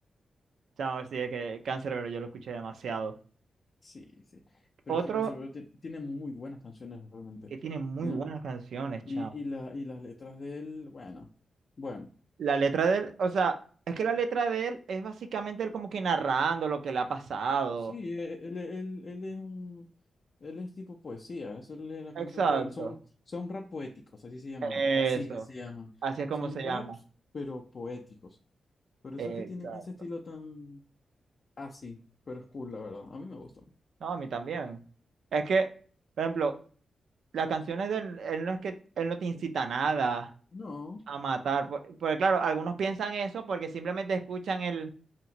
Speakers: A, on the right; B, on the left.
A: Chao, sí, es que pero yo lo escuché demasiado.
B: Sí, sí. Pero
A: Otro
B: es que Canserbero ti- tiene muy buenas canciones realmente.
A: que tiene muy
B: Tiene-
A: buenas canciones,
B: y,
A: chao.
B: y, la, y las letras de él, bueno, bueno.
A: La letra de él, o sea, es que la letra de él es básicamente él como que narrando lo que le ha pasado.
B: Sí, e- él, él, él es un, él es tipo poesía. Eso es la la canción
A: Exacto.
B: de él. Son, son rap poéticos, así se llaman.
A: Eso.
B: Así que se llaman.
A: Así es como
B: Son
A: se
B: raps,
A: llama.
B: pero poéticos. Por eso
A: Exacto.
B: es que tienen ese estilo tan así. Pero es cool, la verdad. A mí me gusta.
A: No, a mí también. Es que, por ejemplo, las canciones de él, él no es que él no te incita a nada
B: No.
A: a matar. por- Porque, claro, algunos piensan eso porque simplemente escuchan el,